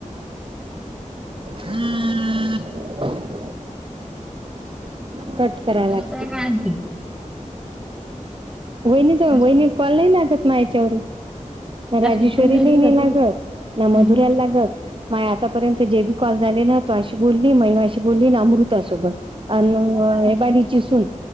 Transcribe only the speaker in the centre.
जेवताय का आजी?
सासू
जेवून राहिली
का
तू?
हम्म.
जेवत आहे.